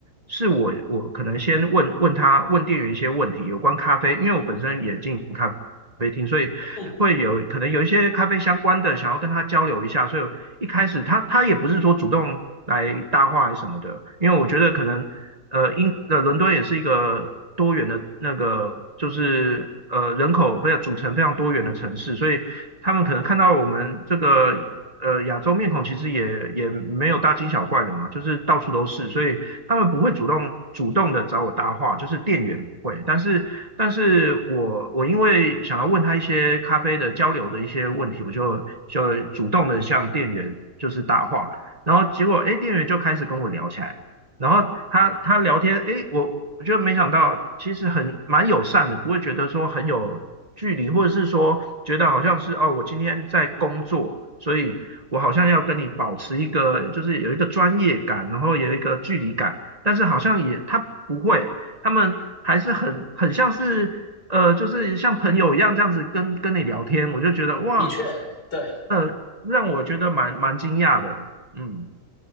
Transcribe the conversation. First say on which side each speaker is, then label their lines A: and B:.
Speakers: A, on the right (about 25°); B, on the left (about 70°).
A: 是我我可能先问问他问店员一些问题有关咖啡，因为我本身也进咖啡厅，所以会有可能有一些咖啡相关的想要跟他交流一下，
B: 嗯
A: 所以一开始他他也不是说主动来搭话还是什么的，因为我觉得可能呃，
B: 嗯，
A: 英呃，伦敦也是一个多元的那个，就是呃人口非常组成非常多元的城市，所以他们可能看到我们这个呃亚洲面孔，其实也也没有大惊小怪的嘛，就是到处都是，所以他们不会主动主动的找我搭话，就是店员不会，但是但是我我因为想要问他一些咖啡的交流的一些问题，我就就主动的向店员就是搭话。然后结果，哎，店员就开始跟我聊起来，然后他他聊天，诶，我我就没想到，其实很蛮友善的，不会觉得说很有距离，或者是说觉得好像是哦，我今天在工作，所以我好像要跟你保持一个就是有一个专业感，然后有一个距离感，但是好像也他不会，他们还是很很像是呃，就是像朋友一样这样子跟跟你聊天，我就觉得哇，
B: 的确对。
A: 呃，让我觉得蛮蛮惊讶的，嗯，